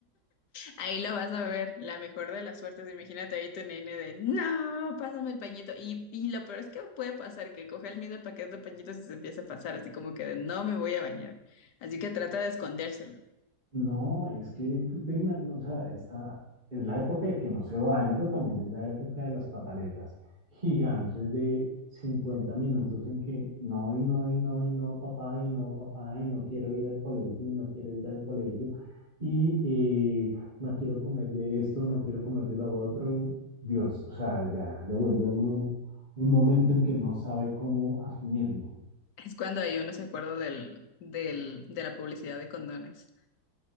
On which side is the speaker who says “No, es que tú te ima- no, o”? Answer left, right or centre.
Right